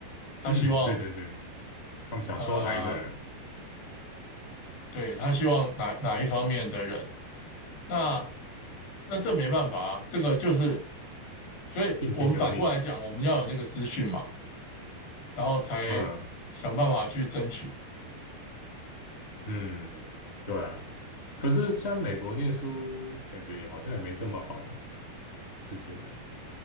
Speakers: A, on the left; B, on the left.
A: 他希望
B: 嗯，对对对，他们想收哪一个人，
A: 呃，对他希望哪哪一方面的人，那那这没办法啊，这个就是所以我们反过来讲，
B: 听天由命，
A: 我们要有那个资讯嘛，然后才想办法去争取。
B: 嗯，嗯，对啊。可是像美国念书，感觉也好像也没这么好，我是觉得，